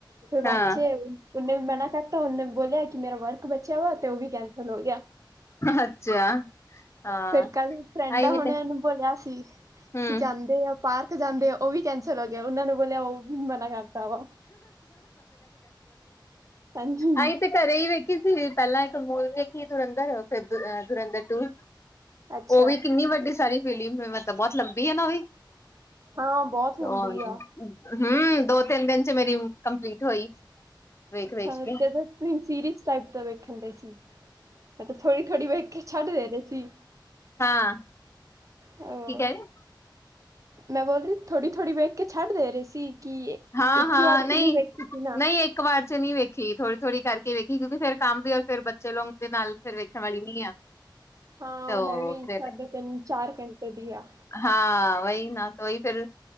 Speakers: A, on the right (about 40°); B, on the left (about 35°).
A: ਫਿਰ
B: ਹਾਂ
A: ਬੱਚੇ ਉਹਨੇ ਬਿਹਨਾ ਉਹਨੇ ਬੋਲਿਆ ਕਿ ਮੇਰਾ ਵਰਕ ਬਚਿਆ ਵਾ ਤੇ ਉਹ ਵੀ ਕੈਂਸਲ ਹੋ ਗਿਆ
B: ਅੱਛਾ ਹਾਂ
A: ਫਿਰ ਕੱਲ ਫਰੈਂਡ
B: ਆਈ ਵੀ
A: ਹੁਣੇਨੂੰ
B: ਤੇ
A: ਬੋਲਿਆ ਸੀ
B: ਹਮ
A: ਕਿ ਜਾਂਦੇ ਆ ਪਾਰਕ ਜਾਂਦੇ ਆ ਉਹ ਵੀ ਕੈਂਸਲ ਹੋ ਗਿਆ ਉਹਨਾਂ ਨੂੰ ਬੋਲਿਆ ਉਹ ਵੀ ਮਨਾ ਕਰਦਾ ਵਾ ਹਾਂਜੀ
B: ਅਈਂ ਤੇ ਘਰੇ ਹੀ ਵੇਖੀ ਸੀ ਪਹਿਲਾਂ ਮੂਲ ਦੇਖੀ ਜੁਰੰਧਰ ਫਿਰ ਜੁਰੰਧਰ ਟੂ
A: ਅੱਛਾ
B: ਉਹ ਵੀ ਕਿੰਨੀ ਵੱਡੀ ਸਾਰੀ ਫਿਲਮ ਮਤਲਬ ਬਹੁਤ ਲੰਬੀ ਆ ਨਾ
A: ਹਾਂ ਬਹੁਤ ਲੰਬੀ
B: ਉਹ
A: ਆ
B: ਹਮ ਦੋ ਤਿੰਨ ਦਿਨ ਚ ਮੇਰੀ ਕੰਪਲੀਟ ਹੋਈ ਵੇਖ
A: ਅੱਛਾ
B: ਵੇਖ ਕੇ
A: ਜਦ ਤੁਸੀਂ ਸੀਰੀਅਸ ਟਾਈਪ ਦਾ ਵੇਖਣ ਡ ਸੀ ਥੋੜੀ ਘੜੀ ਵਹਿ ਕੇ ਛੱਡ ਦੇ ਰਹੇ ਸੀ
B: ਹਾਂ
A: ਉਹ
B: ਕੀ ਕਹਿ ਰਹੇ
A: ਮੈਂ ਬੋਲ ਰਹੀ ਥੋੜ੍ਹੀ ਥੋੜ੍ਹੀ ਵੇਖ ਕੇ ਛੱਡ ਦੇ ਰਹੀ ਸੀ ਕਿ
B: ਹਾਂ
A: ਇੱਕ
B: ਹਾਂ
A: ਹੀ ਵਾਰ 'ਚ
B: ਨਹੀਂ
A: ਵੇਖੀ ਸੀ ਨਾ
B: ਨਹੀਂ ਇੱਕ ਵਾਰ ਬੇ ਨੀ ਵੇਖੀ ਥੋੜ੍ਹੀ ਥੋੜੀ ਕਰਕੇ ਵੇਖੀ ਕਿਉਂਕਿ ਫੇਰ ਕੰਮ ਵੀ ਔਰ ਫਿਰ ਬੱਚੇ ਲੋਂਗ ਦੇ ਨਾਲ ਫਿਰ ਵੇਖਣ ਵਾਲੀ ਨੀ ਆ
A: ਹਾਂ
B: ਤੋ
A: ਉਹ ਹੈ ਵੀ
B: ਫਿਰ
A: ਸਾਢੇ ਤਿੰਨ ਚਾਰ ਘੰਟੇ ਦੀ ਆ
B: ਹਾਂ ਉਹੀ ਨਾ ਉਹੀ ਫਿਰ